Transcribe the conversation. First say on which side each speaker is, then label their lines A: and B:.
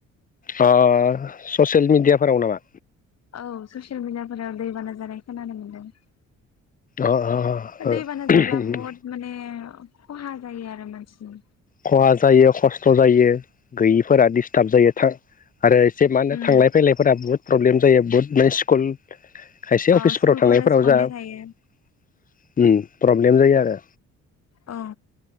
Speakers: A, on the left (about 30°); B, on the left (about 60°).
A: ओ ससियेल मिडियाफोराव नामा?
B: औ ससियेल मिडियाफोराव दैबाना जानाय खोनानो मोनदों।
A: अ अ
B: दै बाना जाब्ला बहुत माने खहा जायो आरो मानसिनि
A: खहा जायो खस्थ' जायो। गैयिफोरा डिस्टार्ब जायो थां आरो एसे मा होनो
B: उम
A: थांलाय फैलायफोरा बुहुद प्रब्लेम जायो बुहुत स्कुल खायसे
B: अ
A: अफिसफोराव
B: स्कुल
A: थांनायफोराव
B: कलेज बन्द
A: जा ओम
B: थायो
A: प्रब्लेम जायो आरो।
B: औ